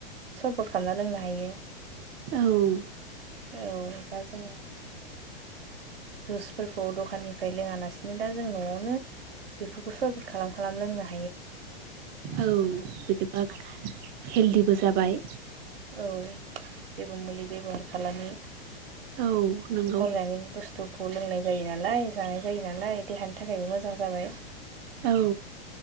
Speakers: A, on the right; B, on the right.
A: सर्बट खामना लोंनो हायो
B: औ
A: औ दा जों जुसफोरखौ दखाननिफ्राय लोङालासिनो दा जों न'आवनो बेफोरखौ सर्बट खालाम खालाम लोंना
B: औ बिदिबा हेलदिबो जाबाय।
A: औ जेबो मुलि बेबहार खालामि।
B: औ नंगौ
A: अर्गानिक बुस्थुखौ लोंनाय जायो ना लाय जानाय जायो नालाय देहानि थाखायबो मोजां जाबाय।
B: औ।